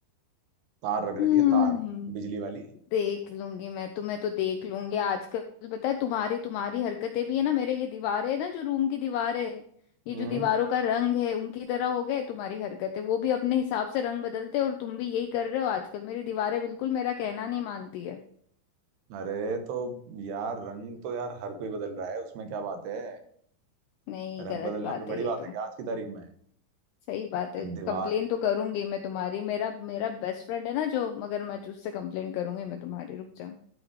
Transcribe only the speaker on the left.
हम्म,
देख लूंगी मैं तुम्हें तो देख लूंगी आजकल पता है तुम्हारी तुम्हारी हरकतें भी है ना मेरे ये दीवारें है ना जो रूम की दीवारें है ये
जो दीवारों का रंग है उनकी तरह हो गए तुम्हारी हरकतें वो भी अपने हिसाब से रंग बदलते हैं और तुम भी यही कर रहे हो आजकल मेरी दीवारें बिल्कुल मेरा कहना नहीं मानती है
नहीं
गलत
बात
है ये
तो
सही बात है
कंप्लेन तो करूंगी मैं तुम्हारी मेरा मेरा बेस्ट फ्रेंड है ना जो मगरमच्छ उससे कंप्लेन करूंगी मैं तुम्हारी रुक जा